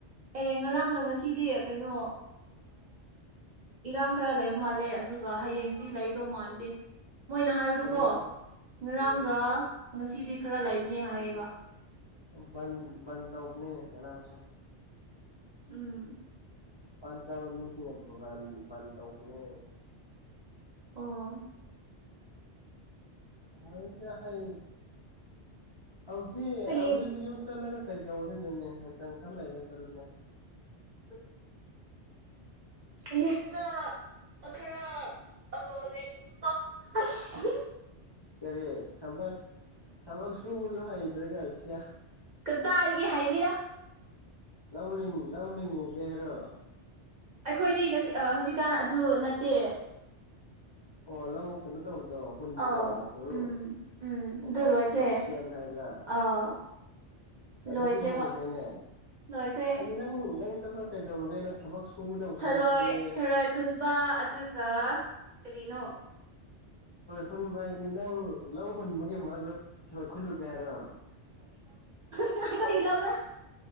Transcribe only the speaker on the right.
ꯑꯦ ꯉꯔꯥꯡꯒ ꯉꯁꯤꯗꯤ ꯀꯩꯅꯣ ꯏꯔꯥꯡ ꯈꯔ ꯂꯩꯕ ꯃꯥꯜꯂꯦ ꯑꯗꯨꯒ ꯍꯌꯦꯡꯗꯤ ꯂꯩꯒꯗꯧ ꯃꯥꯟꯗꯦ ꯃꯣꯏꯅ ꯍꯥꯏꯕꯗꯨꯀꯣ
ꯉꯔꯥꯡꯒ
ꯉꯁꯤꯗꯤ ꯈꯔ ꯂꯩꯕ ꯅꯦ ꯍꯥꯏꯌꯦꯕ
ꯎꯝ
ꯑꯣ
ꯍꯌꯦꯡ
<unintelligible> ꯌꯨꯝꯗ ꯈꯔ ꯂꯩꯅꯤꯡꯕꯀꯣ ꯑꯁ
ꯀꯗꯥꯏꯒꯤ ꯍꯥꯏꯕꯅꯤꯗ
ꯑꯩꯈꯣꯏꯗꯤ ꯉꯁꯤ ꯑꯥ ꯍꯧꯖꯤꯛꯀꯥꯟ ꯑꯗꯨ ꯅꯠꯇꯦ
ꯑꯥꯎ
ꯎꯝ ꯎꯝ
ꯑꯗꯨ ꯂꯣꯏꯈ꯭ꯔꯦ
ꯑꯥ
ꯂꯣꯏꯈ꯭ꯔꯦꯕ
ꯂꯣꯏꯈ꯭ꯔꯦ
ꯊꯔꯣꯏ
ꯊꯔꯣꯏ ꯈꯨꯟꯕ ꯑꯗꯨꯒ ꯀꯔꯤꯅꯣ
ꯑꯩꯈꯣꯌꯒꯤ ꯂꯧꯗꯥ